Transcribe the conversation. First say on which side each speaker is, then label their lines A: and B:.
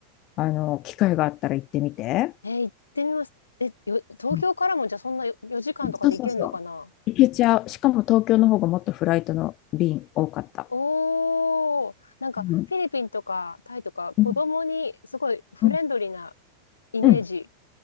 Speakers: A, on the left; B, on the left.
A: あの、機会があったら行ってみて。
B: えー行ってみます。え、よ、東京からもじゃあそんなよ4時間とかで行けんのかな
A: うんそうそうそう。行けちゃう。しかも東京の方がもっとフライトの便多かった。
B: おー、なんかフィリピンとかタイとか子供にすごいフレンドリーな
A: うん。うん。うん。
B: イメージ、
A: うん。